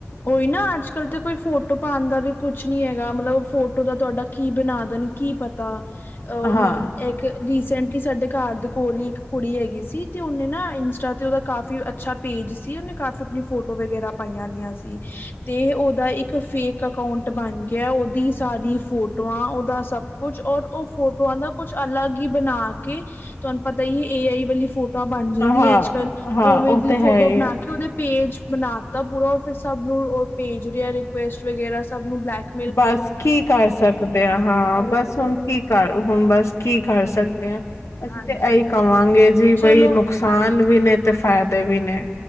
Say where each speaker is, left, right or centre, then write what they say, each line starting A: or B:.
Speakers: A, on the left; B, on the left.
A: ਉਹੀ ਨਾ ਅੱਜ ਕੱਲ ਤੇ ਕੋਈ ਫੋਟੋ ਪਾਉਣ ਦਾ ਵੀ ਕੁਛ ਨੀ ਹੈਗਾ। ਮਤਲਬ ਫੋਟੋ ਦਾ ਤੁਹਾਡਾ ਕੀ ਬਣਾ ਦੇਣ। ਕੀ ਪਤਾ। ਉਹਨੂੰ
B: ਹਾਂ
A: ਰੀਸੈਂਟਲੀ ਸਾਡੇ ਘਰ ਦੇ ਕੋਲ ਹੀ ਇੱਕ ਕੁੜੀ ਹੈਗੀ ਸੀ। ਤੇ ਉਹਨੇ ਨਾ ਇੰਸਟਾ ਤੇ ਉਹਦਾ ਕਾਫੀ ਅੱਛਾ ਪੇਜ ਸੀ। ਉਹਨੇ ਕਾਫੀ ਆਪਣੀ ਫੋਟੋ ਵਗੈਰਾ ਪਾਈਆਂ ਦੀਆਂ ਸੀ। ਤੇ ਓਦਾ ਇੱਕ ਫੇਕ ਐਕੋਂਟ ਬਣ ਗਿਆ। ਓਦੀ ਸਾਰੀ ਫੋਟੋਆਂ, ਓਹਦਾ ਸਭ ਕੁਛ ਔਰ ਉਹ ਫੋਟੋਆਂ ਦਾ ਕੁਛ ਅਲੱਗ ਹੀ ਬਣਾ ਕੇ, ਤੁਹਾਨੂੰ ਪਤਾ ਹੀ ਏ ਆਈ ਵਾਲੀ ਫੋਟੋਆਂ ਬਣ ਜਾਂਦੀਆਂ
B: ਹਾਂ
A: ਹੈ ਅੱਜ ਕੱਲ੍ਹ।
B: ਹਾਂ
A: ਉਵੇਂ
B: ਉਹ
A: ਲਈ
B: ਤੇ
A: ਫੋਟੋ
B: ਹੈ ਹੀ
A: ਬਣਾ
B: ਹੈ
A: ਕੇ ਉਹਦੇ ਪੇਜ ਬਣਾਤਾ ਪੂਰਾ ਰ ਫਿਰ ਸਭ ਨੂੰ ਪੇਜ ਰਿਹਾ ਰਿਕੁਐਸਟ ਵਗੈਰਾ, ਸਭ ਨੂੰ ਬਲੈਕ
B: ਬਸ ਕੀ ਕਰ ਸਕਦੇ ਹਾਂ। ਹਾਂ
A: ਇਹ
B: ਬਸ
A: ਹੁੰਦਾ
B: ਹੁਣ
A: ਦੇਖੋ
B: ਕੀ ਕਰ। ਹੁਣ ਬਸ ਕੀ ਕਰ ਸਕਦੇ ਹਾਂ। ਅਸੀਂ
A: ਹਾਂਜੀ
B: ਤੇ ਇਹੀ
A: ਹਾਂਜੀ
B: ਕਵਾਂਗੇ ਜੀ
A: ਚਲੋ
B: ਬਈ, ਨੁਕਸਾਨ
A: ਹਾਂਜੀ
B: ਵੀ ਨੇ ਤੇ ਫਾਇਦੇ ਵੀ ਨੇ।